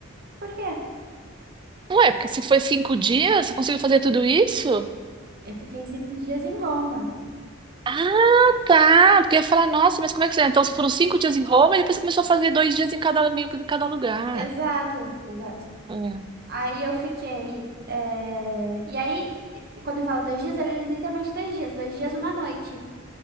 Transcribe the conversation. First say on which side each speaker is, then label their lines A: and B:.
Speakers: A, on the right (about 50°); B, on the right (about 25°).
A: por quê?
B: Ué, porque se foi cinco dias, você conseguiu fazer tudo isso?
A: Eu fiquei cinco dias em Roma.
B: Ah, tá. Porque eu ia falar, nossa, mas como é que você... é?" Então foram cinco dias em Roma e depois você começou a fazer dois dias em cada, meio que em cada lugar.
A: Exato, exato.
B: Ah,
A: Aí eu fiquei. eh, E aí, quando eu falo dois dias, era literalmente dois dias, dois dias, uma noite,